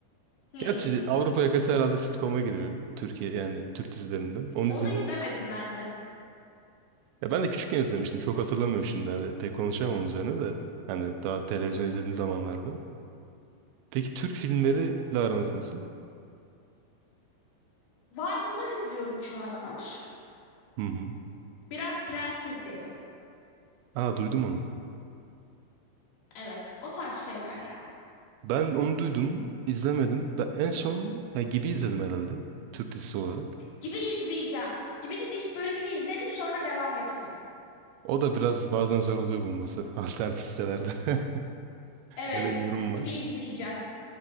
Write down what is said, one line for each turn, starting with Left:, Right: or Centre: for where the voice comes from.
Left: Hmm.
Right: Gerçi Avrupa Yakası herhalde sitcom'a giriyor. Türkiye yani Türk dizilerinden. Onu
Left: Onu
Right: izlemiştim.
Left: izlemedim ben de.
Right: Ya ben de küçükken izlemiştim. Çok hatırlamıyorum şimdi. Hani pek konuşamam onun üzerine de. Hani daha televizyon
Left: Hı hı
Right: izlediğim zamanlarda. Peki Türk filmleriyle
Left: hı hı.
Right: aranız nasıl?
Left: Var bunlar izliyorum şu aralar.
Right: Hı hı.
Left: Biraz Prens izledim.
Right: Aa duydum onu.
Left: Evet o tarz şeyler yani.
Right: Ben onu duydum. izlemedim. Ben en son yani gibi izledim herhalde. Türk dizisi olarak.
Left: Gibi izleyeceğim. Gibi'nin ilk bölümünü izledim sonra devam etmedim.
Right: O da biraz bazen zor oluyor bulması <laughs> alternatif sitelerde. <laughs>
Left: Evet
Right: Öyle bir durum
Left: gibi
Right: var.
Left: izleyeceğim.